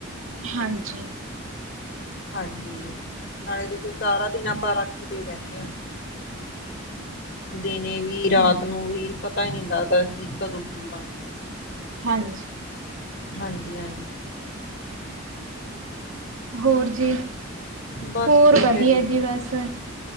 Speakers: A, on the right; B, on the left.
A: ਹਾਂਜੀ
B: ਹਾਂਜੀ, ਨਾਲੇ ਦੇਖੋ ਸਾਰਾ ਦਿਨ ਆਪਾਂ ਰਾਖੀ ਤੇ ਬਹਿੰਦੇ ਆ। ਦਿਨੇ ਵੀ, ਰਾਤ
A: ਹੂੰ,
B: ਨੂੰ ਵੀ, ਪਤਾ ਹੀ ਨਹੀਂ ਲੱਗਦਾ, ਕਿ ਕਦੋਂ ਕੀ ਬਣ ਗਿਆ
A: ਹਾਂਜੀ।
B: ਹਾਂਜੀ- ਹਾਂਜੀ।
A: ਹੋਰ ਜੀ,
B: ਬਸ
A: ਹੋਰ
B: ਠੀਕ
A: ਵਧੀਆ
B: ਹੈ
A: ਜੀ ਬਸ।